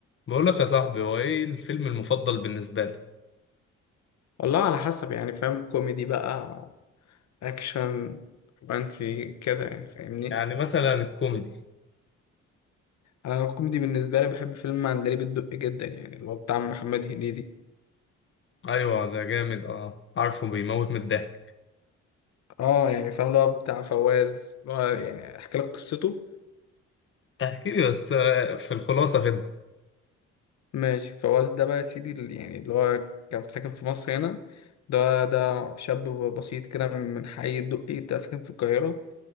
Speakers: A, on the left; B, on the left.
A: بقول لك يا صاحبي هو ايه الفيلم المفضل بالنسبة لك
B: والله على حسب يعني فاهم كوميدي بقى اكشن رومانسي كده يعني فاهمني
A: يعني مثلا الكوميدي
B: انا الكوميدي بالنسبه لي بحب فيلم عندليب الدق جدا يعني اللي هو بتاع محمد هنيدي
A: ايوه ده جامد اه عارفه بيموت من الضحك
B: اه يعني فاهم اللي هو بتاع فواز اللي هو يعني احكي لك قصته
A: احكي لي بس آه، في الخلاصة كده
B: ماشي فواز ده بقى يا سيدي اللي يعني اللي هو كان ساكن في مصر هنا ده ده شاب بسيط كده من حي الدقي ده ساكن في القاهره